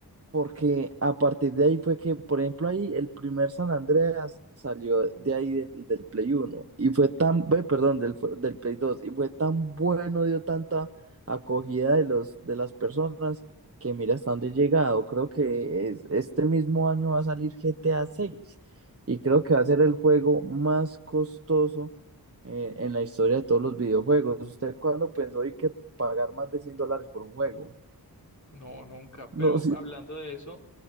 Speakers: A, on the right (about 40°); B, on the left (about 50°).
A: porque a partir de ahí fue que, por ejemplo, ahí el primer San Andreas salió de ahí del, del Play Uno y fue tan, ve, perdón, del, fu- del Play Dos y fue tan bueno, dio tanta acogida de los, de las personas que mira hasta dónde he llegado. Creo que es- este mismo año va a salir GTA 6 y creo que va a ser el juego más costoso eh, en la historia de todos los videojuegos. ¿Usted cuándo pensó y que pagar más de 100 dólares por un juego?
B: No, nunca.
A: No,
B: Pero hablando de eso,